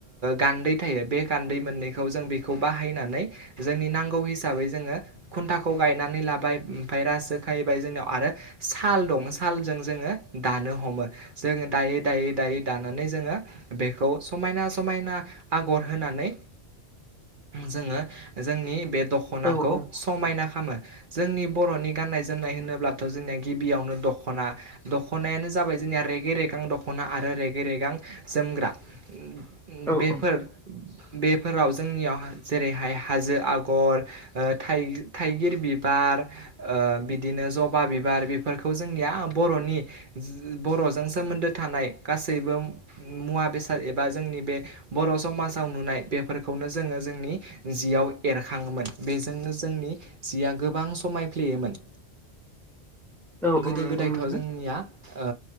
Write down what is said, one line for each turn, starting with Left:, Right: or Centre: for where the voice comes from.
Right: गान्दै थायो बे गान्दै मोननैखौ जों बेखौ बाहायनानै जोंनि नांगौ हिसाबै जोङो खुन्थाखौ गायनानै लाबाय ओमफ्राय रो खाहैबाय जोंनियाव आरो साल दं सालजों जोङो दानो हमो जोङो दायै दायै दायै दानानै जोङो बेखौ समायना समायना आगर होनानै जोङो जोंनि बे दख'नाखौ
Centre: औ औ
Right: समायना खालामो जोंनि बर'नि गाननाय जोमनाय होनोब्लाथ' जोंनि गिबियावनो दखना दखनायानो जाबाय जोंनिया रेगे- रेगां दखना आरो रेगे- रेगां जो मग्रा ओम- ओम
Centre: औ
Right: बेफोर
Centre: औ
Right: बेफोराव जोंनियाव जेरैहाय हाजो आगर ओ थाइगि-थाइगिर बिबार ओ बिदिनो जबा बिबार फोरखौ जोंनिया बरनि बरजों सोमोन्दो थानाय गासैबो मुवा बेसाद एबा जोंनि बे बर' समाजाव नुनाय बेफोरखौनो जोङो जोंनि जियाव एर खाङोमोन बेजोंनो जोंनि जिया गोबां समायफ्लेयोमोन
Centre: औ
Right: गोदो
Centre: औ नंगौ
Right: गोदायथ
Centre: नोंथां
Right: जोंनिया ओ